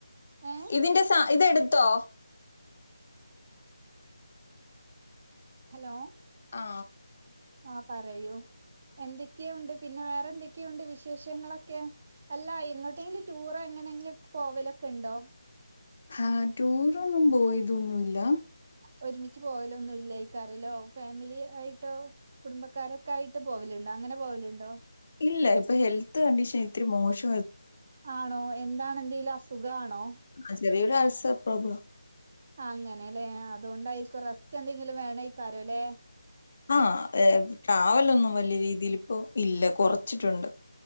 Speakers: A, on the right (about 35°); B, on the left (about 40°).
A: ഏ
B: ഇതിന്റെ സാ ഇതെടുത്തോ
A: ഹലോ
B: ആ
A: ആ പറയൂ എന്തൊക്കെ ഉണ്ട്. പിന്നെ വേറെ എന്തൊക്കെയുണ്ട് വിശേഷങ്ങളൊക്കെ അല്ല എങ്ങോട്ടെങ്കിലും ടൂറോ എങ്ങനെയെങ്കിലും പോവലൊ ക്കണ്ടോ
B: ഹ ടൂറൊന്നും പോയതൊന്നുല്ല
A: ഒരുമിച്ച് പോയലോ <unintelligible> ഒന്നും ഇല്ലായി കറല്ലോ ഫാമിലി ആയിട്ടോ കുടുംബക്കാരൊ. കയിട്ട് പോവലുണ്ടോ അങ്ങനെ പോവലുണ്ടോ?
B: ഇല്ല ഇപ്പൊ ഹെൽത്ത് കണ്ടീഷൻ ഇത്തിരി മോശം.
A: ആണോ എന്താണ് എന്തെങ്കിലും അസുഖാണോ?
B: ആ ചെറിയ ഒരു അൾസർ പ്രോബ്ലം.
A: അങ്ങനെല്ലെ അതൊണ്ടായിരിക്കും റസ്റ്റ് എന്തെങ്കിലും വേണം കാരല്ലേ?
B: ആ ട്രാവൽ ഒന്നും വലിയ രീതിൽ ഇപ്പോ ഇല്ല കുറച്ചിട്ടുണ്ട്.